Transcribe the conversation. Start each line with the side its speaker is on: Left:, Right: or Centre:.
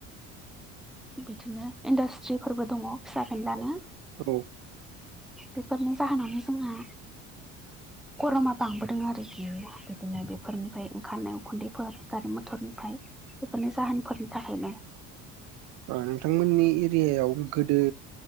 Centre: बिदिनो इन्डास्ट्रिफोरबो दङ फिसा फेनलानो।
Right: औ
Centre: बेफोरनि जाहोनावनो जोंहा गरमा बांबोदों आरोखि बिदिनो बेफोरनिफ्राय ओंखारनायाव उखुन्दैफोर गारि मथरनिफ्राय बेफोरनि जाहोनफोरनि थाखायनो
Right: नोंथांमोननि एरियायाव गोदो